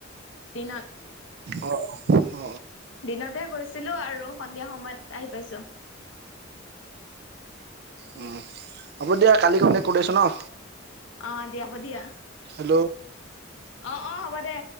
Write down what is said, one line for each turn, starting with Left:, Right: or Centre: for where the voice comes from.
Left: দিনত।
Right: অ অ
Left: দিনতহে গৈছিলো আৰু সন্ধিয়া সময়ত আহি পাইছো।
Right: উম, হ'ব দিয়া কালি কন্টেক্ট কৰি আছো ন।
Left: অ' দিয়া হব দিয়া।
Right: হেল্ল',
Left: অ অ হ'ব দে।